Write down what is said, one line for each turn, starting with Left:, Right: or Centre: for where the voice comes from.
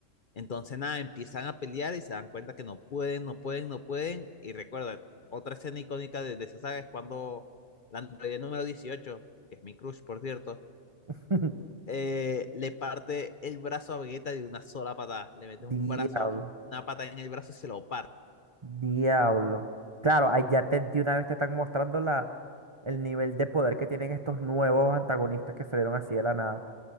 Left: Entonces, nada, empiezan a pelear y se dan cuenta que no pueden, no pueden, no pueden. Y recuerda, otra escena icónica de, de esa saga es cuando la androide número 18 que es mi crush, por cierto,
Right: <laughs>
Left: eh, le parte el brazo a Vegeta de una sola patada. Le mete un
Right: Diablo.
Left: brazo, una patada en el brazo y se lo parte.
Right: Diablo. Claro, ahí ya te, de una vez te están mostrando la, el nivel de poder que tienen estos nuevos antagonistas que salieron así de la nada.